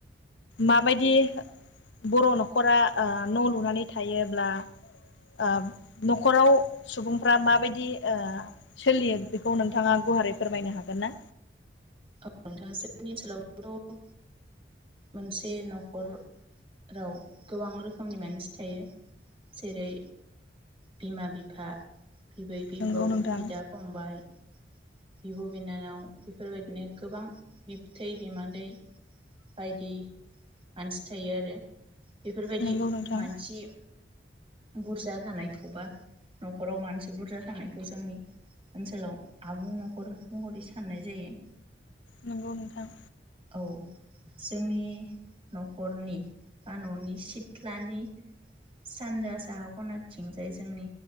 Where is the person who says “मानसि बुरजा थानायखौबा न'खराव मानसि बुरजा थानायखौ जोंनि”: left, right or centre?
Right